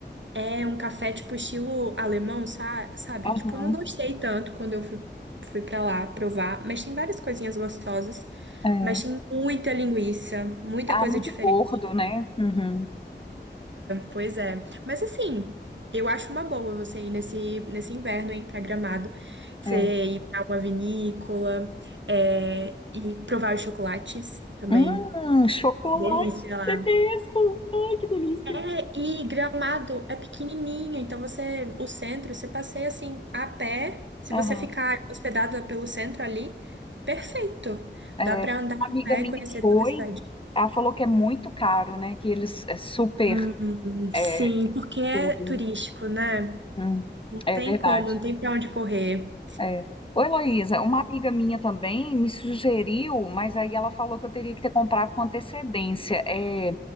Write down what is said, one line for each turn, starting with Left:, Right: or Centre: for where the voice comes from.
Right: é um café tipo estilo alemão, sa- sabe?
Left: Aham,
Right: Tipo, eu não gostei tanto quando eu fui, fui para lá provar, mas tem várias coisinhas gostosas,
Left: é.
Right: mas tem muita linguiça, muita
Left: Ah,
Right: coisa
Left: muito
Right: diferente.
Left: gordo, né? Uhum,
Right: Pois é. Mas assim, eu acho uma boa você ir nesse, nesse inverno, hein, pra Gramado. Você
Left: é.
Right: ir pra uma vinícola, é, e provar os chocolates também.
Left: Hum, chocolate,
Right: Delícia
Left: isso
Right: lá.
Left: é mesmo. Ai, que delícia.
Right: É, e Gramado é pequenininho, então você, o centro, você passeia assim, a pé. Se
Left: Aham,
Right: você ficar hospedado pelo centro ali, perfeito.
Left: é.
Right: Dá pra andar
Left: Uma amiga
Right: a pé
Left: minha
Right: e conhecer
Left: foi,
Right: toda a cidade.
Left: ela falou que é muito caro, né? Que eles é super
Right: Hum,
Left: é,
Right: sim, porque é
Left: tudo,
Right: turístico,
Left: né?
Right: né?
Left: Hum,
Right: Não
Left: é
Right: tem
Left: verdade.
Right: como, não tem pra onde correr.
Left: É. Ô, Heloísa, uma amiga minha também me sugeriu, mas aí ela falou que eu teria que ter comprado com antecedência. É,